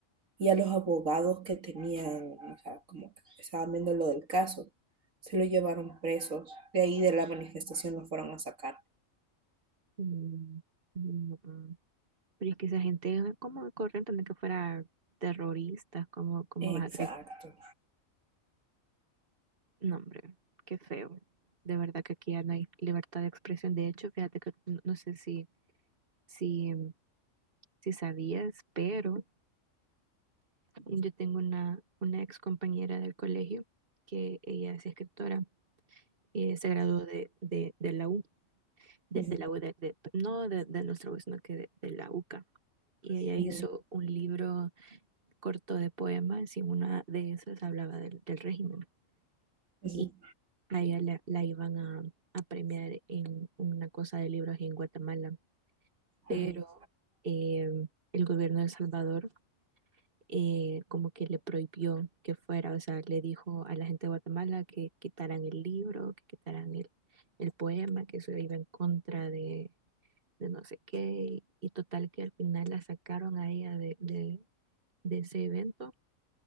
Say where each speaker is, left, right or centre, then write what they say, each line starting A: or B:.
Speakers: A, on the right (about 75°); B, on the right (about 45°).
A: y a los abogados que tenían, o sea, como que estaban viendo lo del caso, se lo llevaron presos. De ahí de la manifestación los fueron a sacar.
B: Mm, no. ah. Pero es que esa gente, ¿cómo corren de que fuera terroristas? ¿Cómo, cómo vas
A: Exacto.
B: a creer No, hombre, qué feo. De verdad que aquí ya no hay libertad de expresión. De hecho, fíjate que no, no sé si, si, si sabías, pero yo tengo una, una ex compañera del colegio que ella es escritora y eh, se graduó de, de, de la U, de,
A: Ujú,
B: de la U de, de- no de, de nuestra U, sino que de, de la UCA. Y ella
A: ujú,
B: hizo un libro corto de poemas y una de esas hablaba del, del régimen.
A: ujú,
B: y a ella la, la iban a, a premiar en una cosa de libros en Guatemala, pero
A: ujú,
B: eh, el gobierno de El Salvador eh, como que le prohibió que fuera, o sea, le dijo a la gente de Guatemala que quitaran el libro, que quitaran el, el poema, que eso iba en contra de, de no sé qué, y, total que al final la sacaron a ella de, de de ese evento